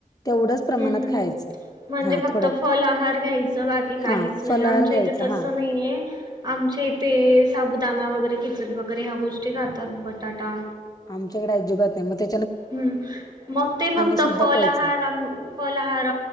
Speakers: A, on the left (about 25°); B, on the right (about 30°).
A: तेवढच प्रमाणात
B: हम्म हम्म.
A: खायचं
B: म्हणजे
A: हा
B: फक्त
A: थोड्या
B: फल आहार घ्यायचं बाकी काहीच
A: हा
B: नाही
A: फलाहार
B: आमच्या
A: घ्यायचा
B: इथे तसं
A: हा
B: नाहीये आमच्या इथे साबुदाणा वगैरे खिचडी वगैरे ह्या गोष्टी खातात बटाटा
A: आमच्याकडे अजिबात नाही मग ते
B: हं, मग ते फक्त
A: सुद्धा
B: फलआहार
A: प्यायचं नाही
B: अं फलहार